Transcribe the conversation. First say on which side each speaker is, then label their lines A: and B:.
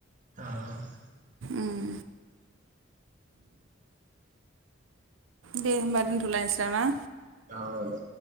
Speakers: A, on the right; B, on the right.
A: औ
B: ओम दे होमबा दोनथ'लायसै नामा
A: औ दे